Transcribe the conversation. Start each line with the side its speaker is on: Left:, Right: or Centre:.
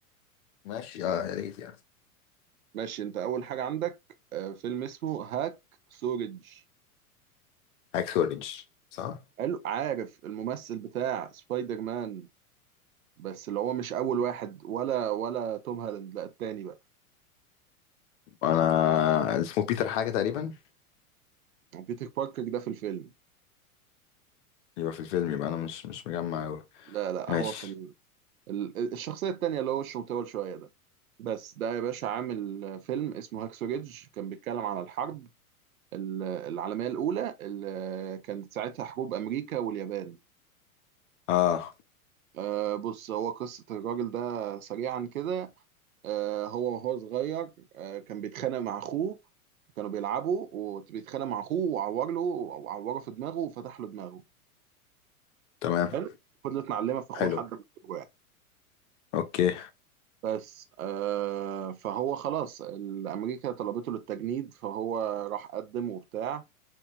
Left: ماشي اه يا ريت يعني
Right: ماشي انت اول حاجة عندك آه فيلم اسمه هاك سورج
Left: اكس اوريدج صح
Right: حلو عارف الممثل بتاع سبايدر مان بس اللي هو مش اول واحد ولا ولا توم هالاند لا التاني بقى
Left: انا اسمه بيتر حاجة تقريبا
Right: بيتر باركر ده في الفيلم
Left: يبقى في الفيلم يبقى انا مش مش مجمع أوي.
Right: لا لا
Left: ماشي
Right: هو في ال... ال- الشخصيه التانيه اللي هو وشه مطول شويه ده بس ده يا باشا عامل فيلم اسمه هاكسو ريدج كان بيتكلم على الحرب ال- العالميه الاولى اللي كانت ساعتها حروب امريكا واليابان
Left: اه
Right: أه بص هو قصة الراجل ده سريعا كده أه هو وهو صغير أه كان بيتخانق مع أخوه كانوا بيلعبوا وبيتخانق مع أخوه وعور له وعوره في دماغه وفتح له دماغه
Left: تمام
Right: حلو فضلت معلمه في اخوه
Left: حلو
Right: لحد ما جابوه يعني
Left: اوكي
Right: بس آه فهو خلاص الامريكا طلبته للتجنيد فهو راح قدم وبتاع